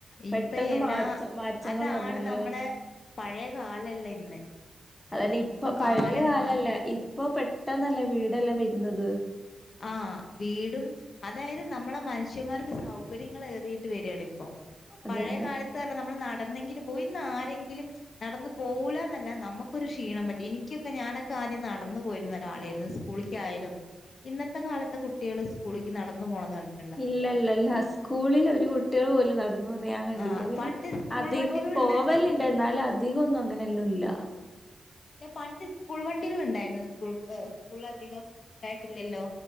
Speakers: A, on the left; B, on the left.
A: പെട്ടെന്ന്
B: ഇപ്പ എല്ലാ
A: മാറ്റ മാറ്റങ്ങൾ
B: അതാണ്
A: വന്നൂല്ലേ
B: നമ്മളെ പഴയ കാലല്ലാ ഇന്ന്
A: അതന്നെ ഇപ്പൊ പഴയ
B: കാലം
A: കാലല്ല
B: മാറി
A: ഇപ്പൊ പെട്ടന്നല്ലെ വീടെല്ലാം വരുന്നത്
B: ആഹ് വീടും അതായത് നമ്മളെ മനുഷ്യന്മാർക്ക് സൗകര്യങ്ങൾ ഏറിയിട്ട് വരികാണ് ഇപ്പോ
A: അത്
B: പഴയകാലത്ത്
A: തന്നെ
B: ഇല്ല നമ്മൾ നടന്നെങ്കിലും പോയിന്ന് ആരെങ്കിലും നടന്ന് പോകൂലാന്നല്ല നമുക്കൊരു ക്ഷീണം പറ്റും എനിക്കൊക്കെ ഞാനൊക്കെ ആദ്യം നടന്നു പോയിരുന്ന ഒരാളായിരുന്നു സ്കൂളിക്ക് ആയാലും ഇന്നത്തെ കാലത്തെ കുട്ടികൾ സ്കൂളിലക്ക് നടന്നു പോകുന്നത് കണ്ടോ ണ്ട
A: ഇല്ലല്ലല്ല സ്കൂളിൽ ഒരു കുട്ടികൾ പോലും നടന്നുന്ന് ഞാൻ കണ്ടില്ല
B: ആ
A: പിന്നെ
B: പണ്ട് സ്കൂൾ
A: അധികം
B: വണ്ടികളുണ്ട്
A: പോവലുണ്ട് എന്നാലും അധികം ഒന്നും അങ്ങനെല്ലും ഇല്ല
B: പിന്നെ പണ്ട് സ്കൂൾ വണ്ടികൾ ഉണ്ടായിരുന്നു സ്കൂൾക്ക്‌ സ്കൂൾ അധികം ഉണ്ടായിട്ടില്ലല്ലോ